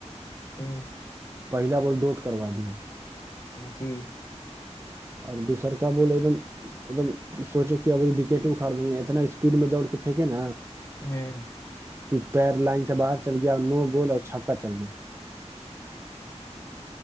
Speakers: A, on the left (about 30°); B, on the right (about 20°).
A: ہوں
B: پہلا بال ڈوٹ کروا دیے
A: جی
B: اور دوسر کا بول ایک دم ایک دم سوچے کہ اب وکٹ اکھاڑ دی اتنا اسپیڈ میں دوڑ کے پھینکے نا
A: ہوں
B: کہ پیر لائن سے باہر چل گیا اور نو گول اور چھکا چل گیا